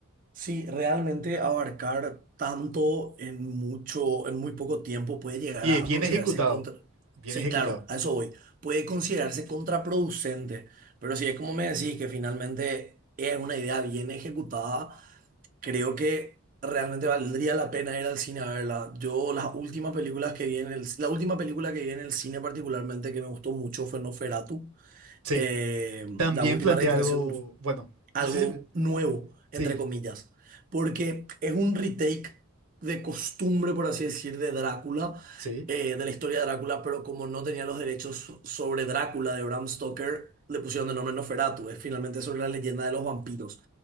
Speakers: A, on the right; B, on the right.
A: Sí, realmente abarcar tanto en mucho, en muy poco tiempo puede llegar
B: Y
A: a
B: es bien
A: considerarse
B: ejecutado,
A: contra...
B: bien
A: Sí,
B: ejecutado.
A: claro, a eso voy. Puede considerarse contraproducente, pero si es como me decís, que finalmente es una idea bien ejecutada, Creo que realmente valdría la pena ir al cine a verla. Yo las últimas películas que vi en el, la última película que vi en el cine particularmente que me gustó mucho fue Noferatu.
B: Sí,
A: Eh,
B: también
A: la última
B: plantea
A: reiteración
B: algo, bueno,
A: algo
B: no sé si...
A: nuevo,
B: Sí,
A: entre comillas, porque es un retake de costumbre, por así decir, de Drácula,
B: sí,
A: eh, de la historia de Drácula, pero como no tenía los derechos sobre Drácula de Bram Stoker, le pusieron de nombre Nosferatu, es finalmente sobre la leyenda de los vampiros.